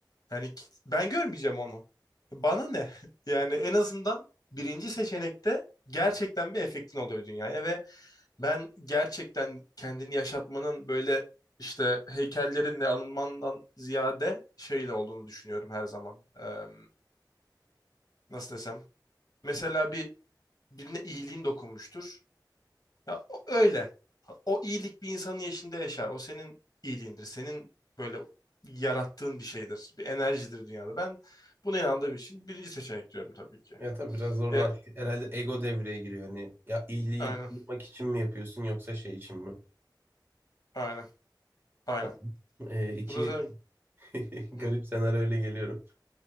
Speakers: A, on the left; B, on the right.
A: Yani ki- ben görmeyeceğim onu. Bana ne? <laughs> Yani en azından birinci seçenekte gerçekten bir efektin oluyor dünyaya ve ben gerçekten kendini yaşatmanın böyle işte heykellerinle anılmandan ziyade şeyle olduğunu düşünüyorum her zaman. Eee, nasıl desem? Mesela bir birine iyiliğin dokunmuştur. Ya o- öyle. O iyilik bir insanın yaşında yaşar. O senin iyiliğindir. Senin böyle yarattığın bir şeydir. Bir enerjidir dünyada. Ben buna inandığım için birinci seçenek diyorum tabii ki.
B: Ya tabii biraz orada
A: Ya,
B: artık herhalde ego devreye giriyor. Hani ya iyiliği
A: aynen.
B: tanıtmak için mi yapıyorsun yoksa şey için mi?
A: Aynen. Aynen.
B: Tam e, iki
A: Bu da zaten
B: <laughs> garip
A: Hı,
B: senaryo öyle geliyorum.